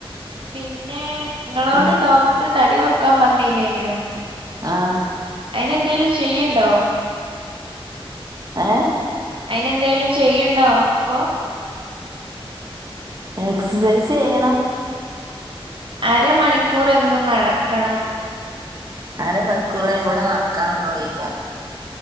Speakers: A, on the right (about 60°); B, on the right (about 35°).
A: പിന്നെ നിങ്ങളോട്
B: ആഹ്
A: ഡോക്ടറ് തടി കൊറക്കാൻ പറഞ്ഞില്ലേനോ
B: ആഹ്
A: അയിന് എന്തേലും ചെയ്യ്ണ്ടോ
B: ഏ
A: അയിനേന്തേലും ചെയ്യണ്ടോ അപ്പോ
B: എക്സസൈസ് ചെയ്യണം
A: അരമണിക്കൂർ എന്നും നടക്കണം
B: അരമണിക്കൂറ് ഇവിടെ നടക്കാനൊന്നും കയില്ല